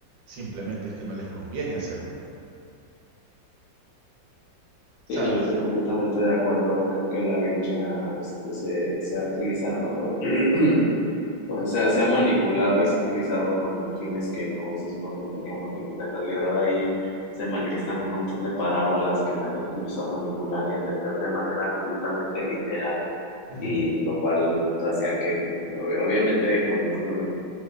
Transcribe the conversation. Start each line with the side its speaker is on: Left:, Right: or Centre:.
Right: Simplemente es que no les conviene hacerlo, ¿sabes?
Left: Sí, yo estoy completamente de acuerdo. Creo que la Biblia, este, se, se ha utilizado, <clears throat> o sea, se ha manipulado y se ha utilizado con fines que no se supone que tenía, porque pues en realidad ahí se manifiestan un montón de parábolas que la gente empezó a manipular y a entender de manera completamente literal,
Right: Ujú.
Left: y pues lo cual hacía que, ob- obviamente, con un,